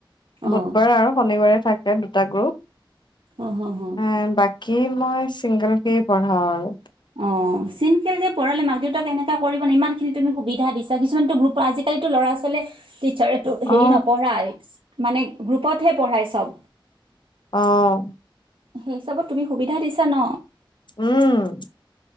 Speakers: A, on the right (about 85°); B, on the left (about 60°).
A: অ',
B: বুধবাৰে আৰু শনিবাৰে থাকে এ দুটা গ্ৰুপ
A: অ', হ, হ।
B: হে বাকী মই চিংগল কে পঢ়া আৰু
A: অ চিমকেল কে পঢ়ালে মাক দেউতাক এনেকা কৰিবে ইমান খিনি তুমি সুবিধা দিছা কিছুমান গুৰুত্ব আজিকালিটো ল'ৰা ছোৱালীয়ে টিচাৰটো হেৰি
B: অ
A: নপঢ়াই মানে গ্ৰুপতহে পঢ়ায় চব
B: আহ
A: সেইহিচাবত তুমি সুবিধা দিছা ন
B: উম